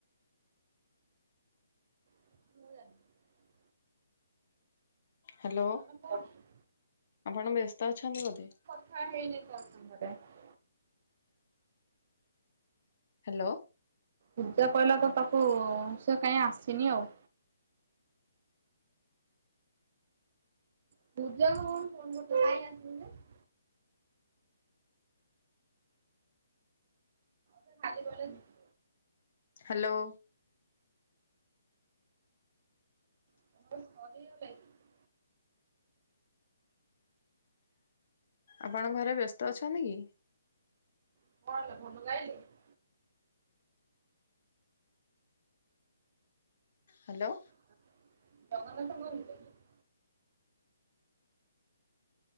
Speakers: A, on the right; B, on the left.
A: <unintelligible>
B: ହାଲୋ।
A: ହଁ କୁହନ୍ତୁ।
B: ଆପଣ ବ୍ୟସ୍ତ ଅଛନ୍ତି ବୋଧେ।
A: <unintelligible>
B: ହାଲୋ।
A: ପୂଜା କହିଲା ତ ତାକୁ ସେ କାଇଁ ଆସିନି ଆଉ। <unintelligible> <unintelligible>
B: ହାଲୋ।
A: <unintelligible>
B: ଆପଣ ଘରେ ବ୍ୟସ୍ତ ଅଛନ୍ତି କି।
A: <unintelligible>
B: ହାଲୋ।
A: <unintelligible>